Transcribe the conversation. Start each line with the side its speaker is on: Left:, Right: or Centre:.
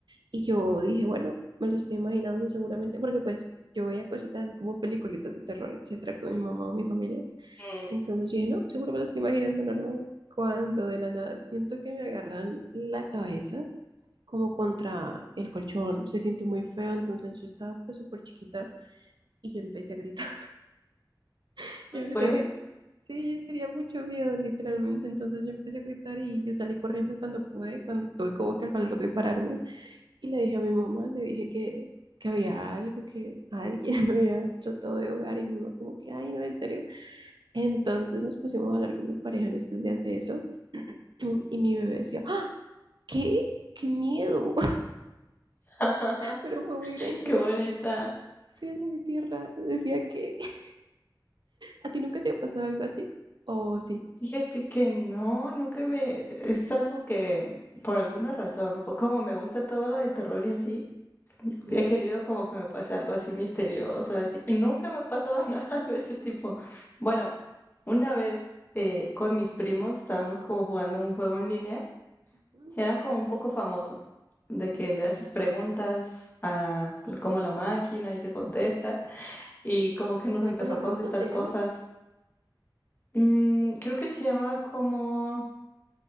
Right: y yo dije, bueno, me lo estoy imaginando seguramente, porque pues yo veía cositas así como peliculitas de terror, etcétera, con mi mamá o mi familia.
Left: Mm,
Right: Entonces yo dije, no, seguro me lo estoy imaginando normal. Cuando de la nada siento que me agarran la cabeza como contra el colchón, se sintió muy feo, entonces yo estaba pues súper chiquita y yo empecé a gritar, <laughs>
Left: pues
Right: yo empecé
Left: puedes.
Right: a gritar. Sí, yo tenía mucho miedo, literalmente. Entonces yo empecé a gritar y yo salí corriendo cuando pude, cuando tuve como que el valor de pararme. Y le dije a mi mamá, le dije que, que había algo, que alguien <laughs> me había tratado de ahogar. Y mi mamá como que, ay, no, en serio. Entonces nos pusimos a hablar con mis pareja en estos días de eso <clears throat> y mi bebé decía, ¡Ah! ¿qué? ¡Qué miedo! <laughs>
Left: <laughs>
Right: Pero fue muy gracioso,
Left: Qué bonita.
Right: sí, mi tierra. Decía que <laughs> a ti nunca te ha pasado algo así. ¿O sí?
Left: Fíjate que no, nunca me... Es algo que, por alguna razón, pues como me gusta todo lo de terror y así,
Right: Sí,
Left: he querido como que me pase algo así misterioso, así, y nunca me ha pasado <laughs> nada de ese tipo. Bueno, una vez eh, con mis primos estábamos como jugando un juego en línea,
Right: Mm,
Left: era como un poco famoso, de que
Right: Sí.
Left: le haces preguntas a como la máquina y te contesta, y como que nos
Right: ¿Teléfono
Left: empezó a
Right: roto
Left: contestar
Right: se llama?
Left: cosas, mm, creo que se llamaba como...